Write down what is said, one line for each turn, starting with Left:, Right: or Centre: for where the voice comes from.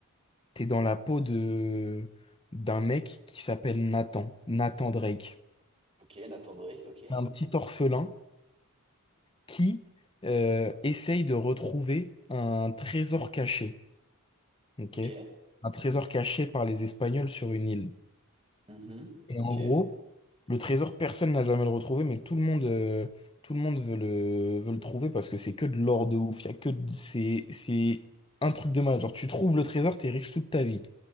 Left: t'es dans la peau de d'un mec qui s'appelle Nathan, Nathan Drake.
Right: Ok, Nathan Drake, ok.
Left: Un petit orphelin qui euh, essaye de retrouver un trésor caché. ok
Right: Ok.
Left: Un trésor caché par les Espagnols sur une île.
Right: mhm,
Left: Et
Right: Ok.
Left: en gros, le trésor, personne n'a jamais le retrouvé, mais tout le monde, euh, tout le monde veut le, veut le trouver parce que c'est que de l'or de ouf. Il y a que de- c'est, c'est un truc de malade. Genre, tu trouves le trésor, t'es riche toute ta vie.